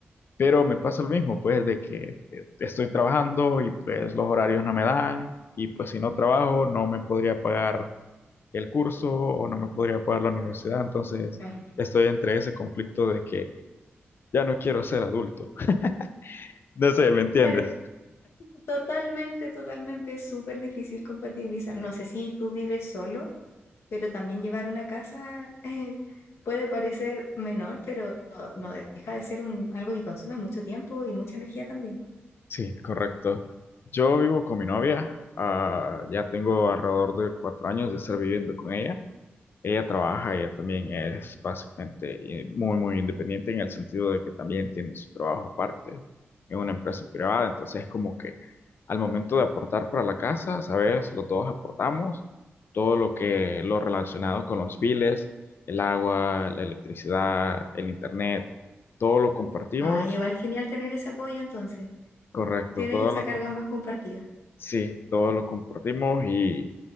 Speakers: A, on the left; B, on the left.
A: Pero me pasa lo mismo, pues, de que eh, estoy trabajando y pues los horarios no me dan y pues si no trabajo no me podría pagar el curso o no me podría pagar la universidad, entonces
B: Claro.
A: estoy entre ese conflicto de que ya no quiero ser adulto. <laughs> No sé, ¿me entiendes?
B: Claro, totalmente, totalmente súper difícil compatibilizar. No sé si tú vives solo, pero también llevar una casa eh, puede parecer menor, pero no deja de ser un, algo que consume mucho tiempo y mucha energía también.
A: Sí, correcto. Yo vivo con mi novia, ah, ya tengo alrededor de cuatro años de estar viviendo con ella. Ella trabaja, ella también es básicamente eh, muy, muy independiente en el sentido de que también tiene su trabajo aparte en una empresa privada. Entonces es como que al momento de aportar para la casa, ¿sabes? Los dos aportamos todo lo que, lo relacionado con los biles, el agua, la electricidad, el internet, todo lo compartimos.
B: Ah, igual genial tener ese apoyo entonces.
A: Correcto,
B: Tienes
A: todo
B: esa
A: lo,
B: carga
A: comp-
B: más compartida.
A: sí, todo lo compartimos y